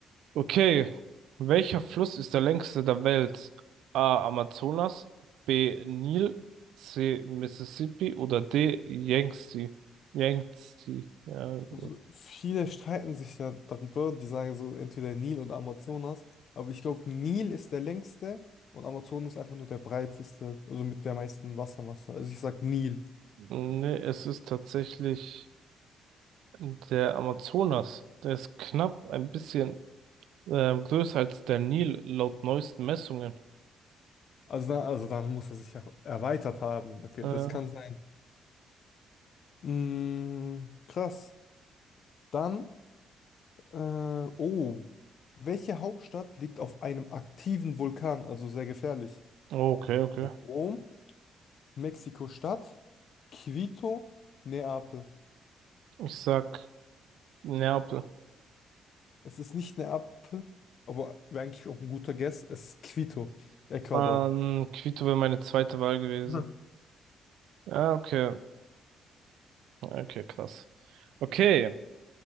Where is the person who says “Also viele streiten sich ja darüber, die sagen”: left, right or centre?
Left